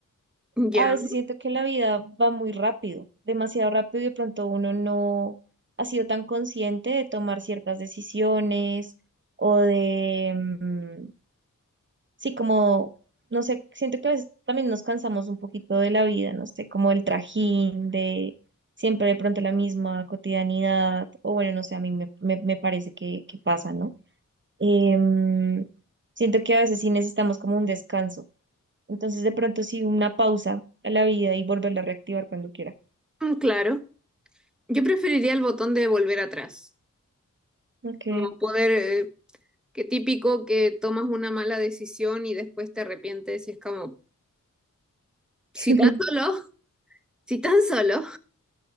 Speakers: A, in the centre; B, on the right.
A: Ya,
B: A veces siento que la vida va muy rápido, demasiado rápido y de pronto uno no ha sido tan consciente de tomar ciertas decisiones o de, mm, sí, como, no sé, siento que a veces también nos cansamos un poquito de la vida, no sé, como el trajín de siempre de pronto la misma cotidianidad o bueno, no sé, a mí me, me, me parece que, que pasa, ¿no? Em, siento que a veces sí necesitamos como un descanso. Entonces, de pronto sí una pausa a la vida y volverla a reactivar cuando quiera.
A: mm, claro. Yo preferiría el botón de volver atrás.
B: Ok.
A: Como poder... eh, Qué típico que tomas una mala decisión y después te arrepientes y es como, si
B: <laughs>
A: tan solo, si tan solo.